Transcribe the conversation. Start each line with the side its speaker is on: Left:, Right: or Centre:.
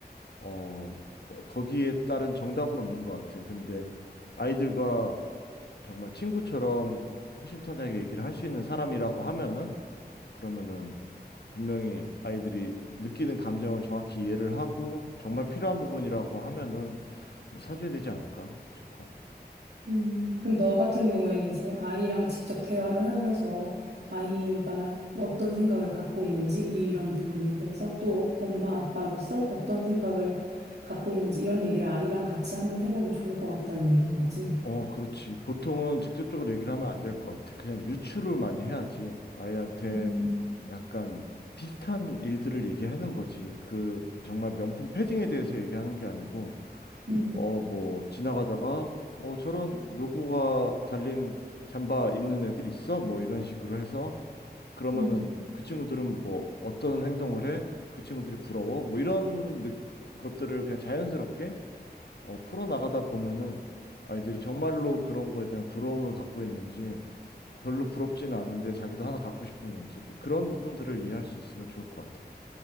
Left: 어 거, 거기에 따른 정답은 없는 것 같아. 근데 아이들과 정말 친구처럼 허심탄회하게 얘기를 할 수 있는 사람이라고 하면은 그러면은 분명히 아이들이 느끼는 감정을 정확히 이해를 하고 정말 필요한 부분이라고 하면은 뭐 사줘야 되지 않을까 싶어.
Right: 음, 그럼 너 같은 경우에는 이제 아이랑 직접 대화를 하면서 아이가 어떤 생각을 갖고 있는지 이런 부분에 대해서 또 엄마 아빠로서 어떤 생각을 갖고 있는지 이런 얘기를 아이랑 같이 한번 해보면 좋을 것 같다는 얘기인 거지.
Left: 어, 그렇지. 보통은 직접적으로 얘기를 하면 안 될 것 같아. 그냥 유추를 많이 해야지. 아이한테
Right: 음,
Left: 약간 비슷한 일들을 얘기하는 거지. 그 정말 명품 패딩에 대해서 얘기하는 게 아니고
Right: 음,
Left: 어, 뭐, 지나가다가, 어, 저런 로고가 달린 잠바 입는 애들 있어? 뭐, 이런 식으로 해서, 그러면은
Right: 음,
Left: 그 친구들은 뭐, 어떤 행동을 해? 그 친구들이 부러워? 뭐, 이런 느- 것들을 그냥 자연스럽게, 어, 풀어나가다 보면은 아이들이 정말로 그런 거에 대한 부러움을 갖고 있는지, 별로 부럽지는 않은데 자기도 하나 갖고 싶은 건지, 뭐, 그런 부분들을 이해할 수 있으면 좋을 것 같아.